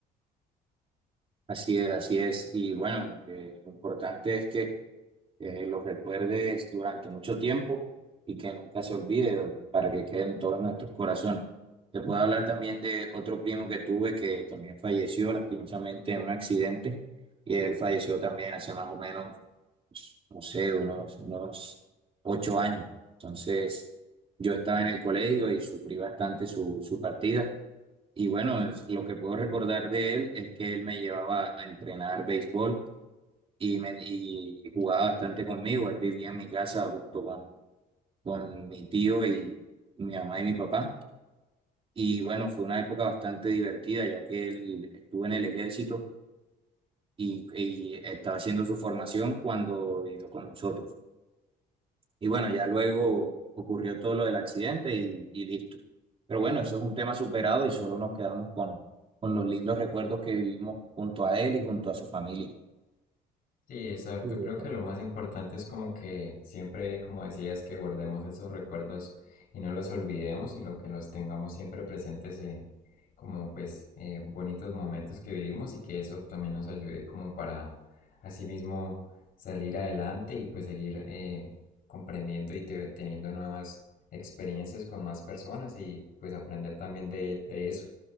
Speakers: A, on the right; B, on the left.
A: Así es, así es. Y bueno, eh, lo importante es que eh, los recuerdes durante mucho tiempo y que nunca se olvide o- para que queden todos nuestros corazones. Te puedo hablar también de otro primo que tuve que también falleció lastimosamente en un accidente y él falleció también hace más o menos pues, no sé, unos, unos ocho años. Entonces, yo estaba en el colegio y sufrí bastante su, su partida. Y bueno, es- lo que puedo recordar de él es que él me llevaba a entrenar béisbol y, me, y jugaba bastante conmigo. Él vivía en mi casa junto con, con mi tío y mi mamá y mi papá. Y bueno, fue una época bastante divertida, ya que él estuvo en el ejército y, y estaba haciendo su formación cuando vivió con nosotros. Y bueno, ya luego ocurrió todo lo del accidente y, y listo. Pero bueno, eso es un tema superado y solo nos quedamos con, con los lindos recuerdos que vivimos junto a él y junto a su familia.
B: Sí, exacto.
A: Ujú.
B: Creo que lo más importante es como que siempre, como decías, que guardemos esos recuerdos y no los olvidemos y lo que los tengamos siempre presentes eh, como pues eh, bonitos momentos que vivimos y que eso también nos ayude como para así mismo salir adelante y pues seguir eh, comprendiendo y te- teniendo nuevas experiencias con más personas y pues aprender también de, de eso.